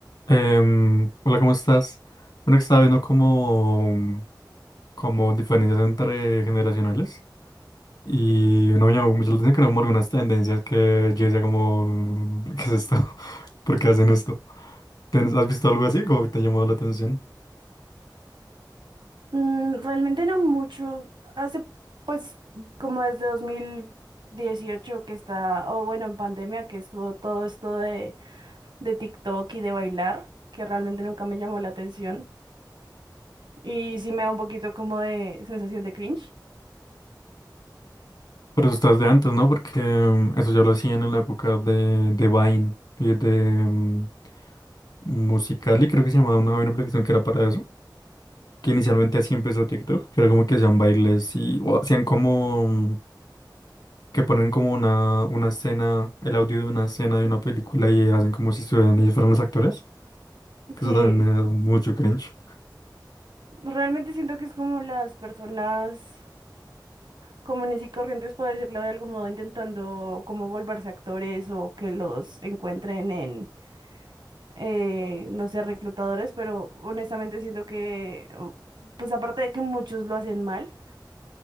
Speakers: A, on the left; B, on the right.
A: Em, hola, ¿cómo estás? Bueno, que estaba viendo como, como diferencias entre generacionales y no me llamó mucho la atención que eran como algunas tendencias que yo decía como, <laughs> ¿qué es esto? <laughs> ¿Por qué hacen esto? ¿Ten- ¿Has visto algo así como que te llamó la atención?
B: Mm, realmente no mucho. Hace, pues, como desde dos mil dieciocho que está, o bueno, en pandemia que estuvo todo esto de, de TikTok y de bailar, que realmente nunca me llamó la atención. Y sí me da un poquito como de sensación de cringe.
A: Pero eso estás de antes, ¿no? Porque em, eso ya lo hacían en la época de, de Vine y de em, Musical.ly, creo que se llamaba una, una aplicación que era para eso. que inicialmente así empezó TikTok, que era como que hacían bailes y o hacían como mm, que ponen como una, una escena, el audio de una escena de una película y hacen como si estuvieran ellos fueran los actores, que
B: Sí,
A: eso también me da mucho cringe.
B: realmente siento que es como las personas comunes y corrientes, por decirlo de algún modo, intentando como volverse actores o que los encuentren en eh, no sé, reclutadores, pero honestamente siento que, oh, pues aparte de que muchos lo hacen mal,